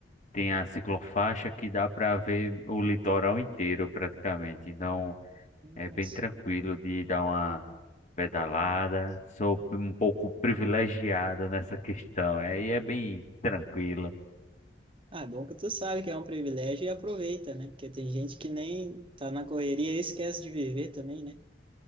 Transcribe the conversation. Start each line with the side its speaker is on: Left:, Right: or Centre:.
Left: tem a ciclofaixa que dá para ver o litoral inteiro praticamente. Então
Right: Nossa.
Left: é bem tranquilo de dar uma pedalada. Sou um pouco privilegiado <laughs> nessa questão. Aí é bem tranquilo.
Right: Ah, é bom que tu sabe que é um privilégio e aproveita, né? Porque tem gente que nem tá na correria e esquece de viver também, né?